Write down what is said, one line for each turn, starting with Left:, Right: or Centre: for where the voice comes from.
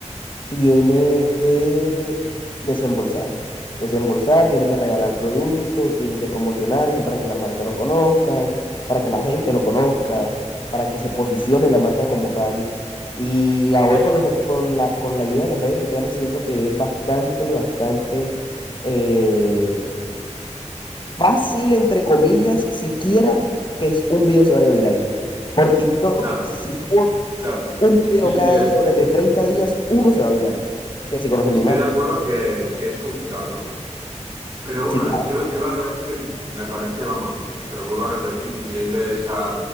Left: tiene que desembolsar. Desembolsar, tiene que regalar productos, tiene que promocionarse para que las marcas lo conozcan, para que la gente lo conozca, para que se posicione la marca como tal. Y ahora
Right: sí,
Left: con, los re- con la, con la ayuda de las redes sociales siento que es bastante, bastante eh, fácil, entre comillas, siquiera que es- un video se vaya viral. Por TikTok,
Right: claro,
Left: si subo
Right: claro,
Left: un video
Right: sí, sí,
Left: cada
Right: eh,
Left: día durante 30 días, uno se va viral. Y así conocen
Right: estoy
Left: mi marca.
Right: de acuerdo que, que es complicado, ¿no? sí. Pero bueno,
Left: Sí, claro.
Right: yo, yo la verdad es que me parece, vamos, pero vuelvo a repetir, increíble esa